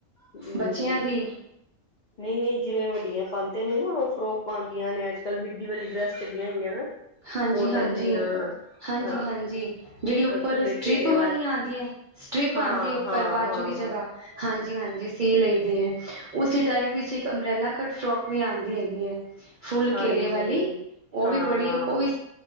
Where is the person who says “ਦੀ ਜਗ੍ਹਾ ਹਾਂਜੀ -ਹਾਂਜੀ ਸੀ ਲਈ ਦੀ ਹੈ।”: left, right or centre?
Right